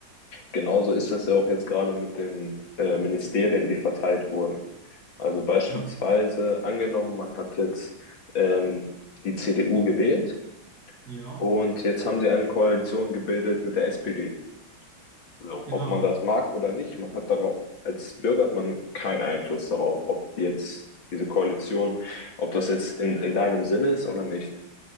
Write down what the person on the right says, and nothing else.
Ja,
ja,
genau.